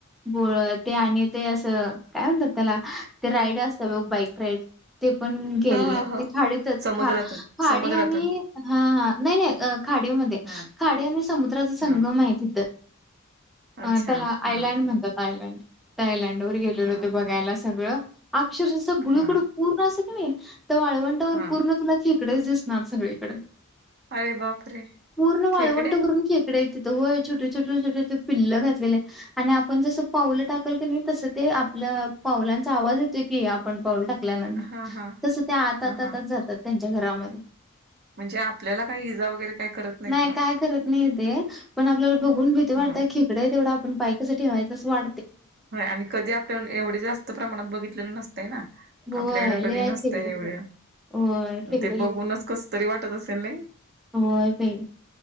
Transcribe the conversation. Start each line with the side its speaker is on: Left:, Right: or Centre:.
Centre: बोळ ते आणि ते असं काय म्हणतात त्याला ते राईड असत बघ बाईक राईड ते.
Right: हा हा हा
Centre: के खाडीतच
Right: समुद्रातून
Centre: ख खाडी
Right: समुद्रातून
Centre: आणि ह नाही नाही खाडी.
Right: हा
Centre: खाडे आणि समुद्राचा संगम
Right: हा
Centre: आहे तिथं
Right: अच्छा
Centre: अ त्याला
Right: हा
Centre: आयलँड म्हणतात. तायलंड तायलंड वर गेलेले
Right: हा
Centre: होते बघायला सगळं अक्षरश असं गुडकुड
Right: हा
Centre: पूर्ण अस. तर वाळवंटावर
Right: हा
Centre: पूर्ण तुला खेकडेच दिसणार सगळीकडे.
Right: अरे बापरे
Centre: पूर्ण माळवंट
Right: खेकडे
Centre: करून खेकड्या त छोटे छोट छटे पिल्ल घातलेले आणि आपण जस पावलं टाकल क तस ते आप. पावलांचा आवाज होत की आपण पाऊल टाक ल्यानंतर
Right: हा हा
Centre: तस त्या आताच
Right: हा हा
Centre: जातात त्यांच्या घरामध्ये
Right: म्हणजे आपल्याला काही इजा वगैरे काय करत नाहीत
Centre: नाही
Right: ना
Centre: काय करत नाही ते पण आपल्याला बघून भ वाटतय
Right: हा
Centre: खेगड तेवढं आपण पाईसाठी हवाय तसं वा
Right: ह आणि कधी आपल्या एवढे जास्त प्रमाणात बघितलेलं नसत. ना
Centre: होय
Right: आपल्याकडें
Centre: लय
Right: कधी
Centre: आहेत
Right: नसत
Centre: खेकडे
Right: एवढं.
Centre: तिकडं. होय खेकडे
Right: ते बघूनच कस तरी वाटत असेल नाही.
Centre: होय बाई